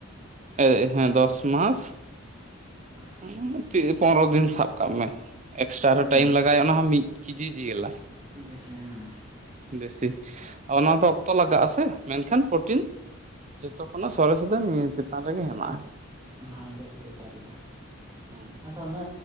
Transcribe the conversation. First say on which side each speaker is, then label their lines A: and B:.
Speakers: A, on the right; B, on the right.
A: ᱮ ᱦᱮᱸ ᱫᱚᱥ ᱢᱟᱥ
B: <inaudible>
A: ᱦᱚᱸ ᱯᱚᱱᱨᱚ ᱫᱤᱱ ᱥᱟᱵ ᱠᱟᱜ ᱢᱮ ᱮᱠᱥᱴᱨᱟ
B: ᱦᱮᱸ
A: ᱨᱮ ᱴᱟᱭᱤᱢ ᱞᱟᱜᱟᱭ ᱚᱱᱟ ᱦᱚᱸ ᱢᱤᱫ ᱠᱮᱡᱤ ᱡᱤᱞᱟ
B: ᱡᱮᱛᱮ ᱦᱚᱸ
A: ᱫᱮᱥᱤ ᱚᱱᱟ ᱫᱚ ᱚᱠᱛᱚ ᱞᱟᱜᱟᱜᱼᱟᱥᱮ ᱢᱮᱱᱠᱷᱟᱱ ᱯᱨᱚᱴᱤᱱ ᱡᱚᱛᱚ ᱠᱷᱚᱱᱟᱜ ᱥᱚᱨᱮᱥ ᱫᱚ ᱱᱤᱭᱟᱹ ᱪᱮᱛᱟᱱ ᱨᱮᱜᱮ ᱦᱮᱱᱟᱜᱼᱟ
B: ᱦᱮᱸ ᱫᱮᱥᱤ ᱪᱮᱛᱟᱱ ᱨᱮᱜᱮ
A: ᱦᱮᱸ
B: ᱟᱫᱚ ᱚ ᱚᱱᱮ